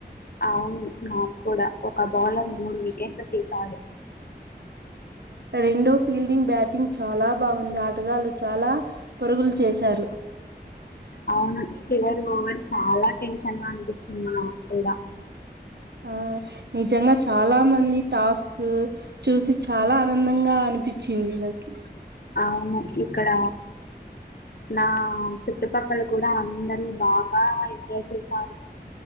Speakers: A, on the left; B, on the right.
A: అవును నాకు కూడా ఒక బౌలర్ మూడు వికెట్లు తీసాడు.
B: రెండో ఫీల్డింగ్ బ్యాటింగ్ చాలా బాగుంది ఆ. టగాళ్లు చాలా పరుగులు చేశారు.
A: అవును చివరి మారు చాలా టెన్షన్ గా అనిపించింది మాకు కూడా.
B: ఆ నిజంగా చాలా మంది టాస్క్ చూసి చాలా ఆనందంగా అనిపిం. చింది నాకి.
A: అవును ఇక్కడ నా. చుట్టుపక్కల కూడా అందరూ బాగా ఎంజాయ్ చేశారు.